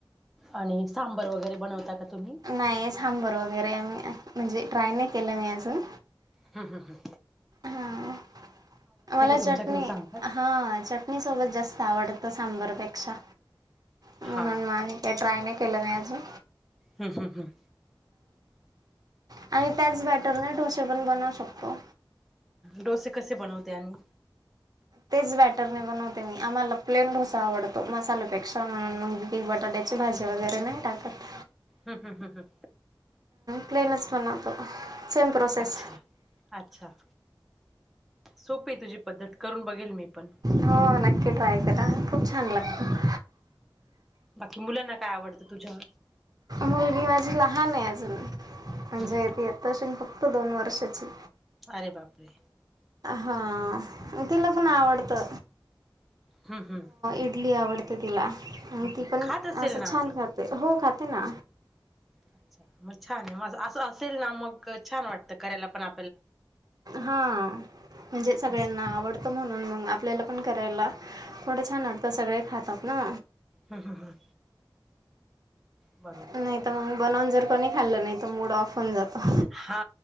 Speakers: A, in the centre; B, on the right.
A: आणि सांबर वगैरे बनवता का? तुम्ही?
B: नाही सांबर वगैरे, म् म्हणजे ट्राय नाही केलं मी अजून.
A: हम हम हम.
B: हां, मला
A: तुमच्या
B: चटणी,
A: घरी सांबार?
B: हा चट इडली सोबत जास्त आवडतं सांबरपेक्षा,
A: हा
B: म्हणून मा ते ट्राय नाही केलं मी अजून.
A: हम, हम, हम
B: आणि त्याच बॅटरने डोसे पण बनवू शकतो.
A: डोसे कसे बनवते आणि?
B: तेच बॅटरने बनवते मी, आम्हाला प्लेन डोसा आवडतो, मसाल्यापेक्षा म्हणून मग काही बटाट्याचे भाजी वगैरे नाही टाकत.
A: हम हम हम
B: प्लेनच बनवतो. सेम प्रोसेस
A: अच्छा, अच्छा. सोपीय तुझी पद्धत करून बघेल मी पण
B: हो नक्की ट्राय करा खूप छान
A: हो
B: लागत.
A: ना बाकी मुलांना काय आवडतं तुझ्या
B: मुलगी माझी लहान आहे अजून म्हणजे
A: हम्म हम्म.
B: ती आत्ता असेल फक्त दोन वर्षची.
A: अरे बापरे!
B: हा मग तिला पण आवडत अ
A: हम्म हम्म
B: इडली आवड त तिला आणि
A: हम्म
B: ती
A: हम्म.
B: पण
A: खात असेल
B: असं
A: ना
B: छान
A: ती?
B: खाते हो खाते ना.
A: अच्छा मग छान माझ अस असेल ना मग छान वाटतं करायला पण आ
B: हा म्हणजे सगळ्यांना
A: असं
B: आवडतो म्हणून मग आ पल्याला पण करायला थोडं छान वाटतं सगळे खातात ना
A: हम्म हम्म हम्म. बरोबर.
B: नाही तर मग बनवून जर कोणी खाल्लं नाही तर मूड ऑफ होऊन जातो.
A: हा